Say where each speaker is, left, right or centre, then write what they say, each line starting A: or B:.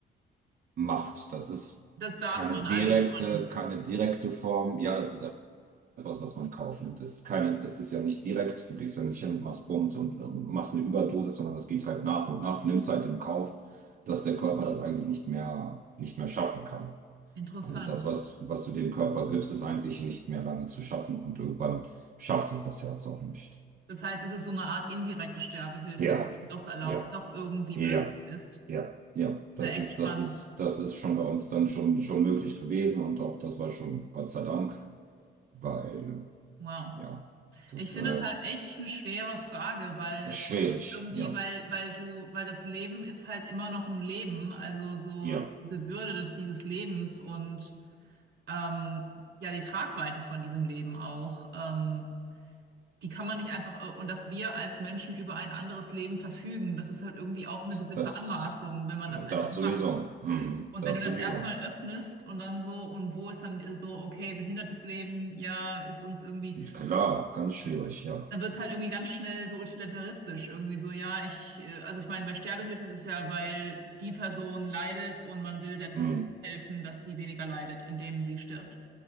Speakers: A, on the right; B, on the right.
A: macht. Das ist
B: Das darf
A: keine
B: man
A: direkte,
B: also schon.
A: keine direkte Form. Ja, das ist etwas, was man kauft. Das ist keine, das ist ja nicht direkt. Du gehst ja nicht hin und machst Bums und, und machst eine Überdosis, sondern das geht halt nach und nach. Du nimmst halt in Kauf, dass der Körper das eigentlich nicht mehr, nicht mehr schaffen kann.
B: Interessant.
A: Also das, was, was du dem Körper gibst, ist eigentlich nicht mehr lange zu schaffen und irgendwann schafft es das Herz auch nicht.
B: Das heißt, es ist so eine Art indirekte Sterbehilfe,
A: Ja,
B: die doch erlaubt,
A: ja,
B: doch irgendwie
A: ja.
B: möglich ist.
A: Ja, ja,
B: Ist
A: das
B: ja echt
A: ist,
B: spannend.
A: das ist, das ist schon bei uns dann schon, schon möglich gewesen und auch das war schon Gott sei Dank, weil,
B: Wow.
A: ja, das
B: Ich finde
A: äh,
B: es halt echt eine schwere Frage, weil
A: ist schwierig,
B: irgendwie,
A: ja,
B: weil, weil du, weil das Leben ist halt immer noch ein Leben, also so
A: ja,
B: diese Würde des, dieses Lebens und ähm, ja, die Tragweite von diesem Leben auch, ähm, die kann man nicht einfach, äh, und dass wir als Menschen über ein anderes Leben verfügen, das ist halt irgendwie auch eine gewisse
A: das,
B: Anmaßung, wenn man das einfach
A: das sowieso,
B: macht.
A: mhm,
B: Und
A: das
B: wenn du das
A: sowieso,
B: erstmal öffnest und dann so, und wo ist dann so, okay, behindertes Leben, ja, ist uns irgendwie.
A: klar, ganz schwierig, ja,
B: Dann wird es halt irgendwie ganz schnell so utilitaristisch. Irgendwie so, ja, ich, äh, also ich meine, bei Sterbehilfe ist es ja, weil die Person leidet und man will der Person
A: mhm,
B: helfen, dass sie weniger leidet, indem sie stirbt.